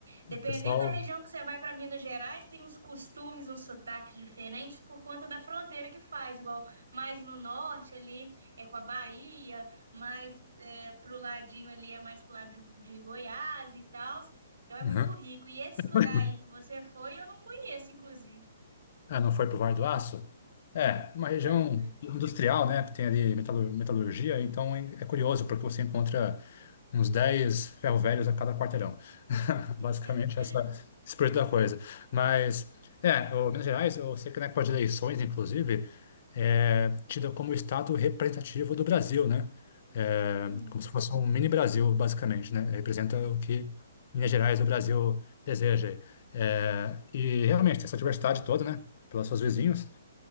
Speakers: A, on the right; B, on the left.
A: Dependendo
B: O pessoal.
A: da região que você vai para Minas Gerais, tem uns costumes, uns sotaques diferentes por conta da fronteira que faz, igual mais no norte ali é com a Bahia, mais para pro ladinho ali é mais pro lado de, de Goiás e tal. Então é
B: Uhum.
A: muito rico. E esse
B: <laughs>
A: lugar aí que você foi, eu não conheço, inclusive.
B: Ah, não foi para o Vale do Aço? É, uma
A: Nunca
B: região
A: fui.
B: industrial, né, que tem ali metalu- metalurgia, então é é curioso, porque você encontra uns 10 ferro-velhos a cada quarteirão. <laughs>
A: <laughs>
B: Basicamente, essa espírito da coisa. Mas, é, o Minas Gerais, eu sei que na época de eleições, inclusive, é tida como o estado representativo do Brasil, né? É,
A: Isso.
B: como se fosse um mini Brasil, basicamente, né? Representa o que Minas Gerais, o Brasil, deseja. É, e realmente, tem essa diversidade toda, né? pelas suas vizinhas.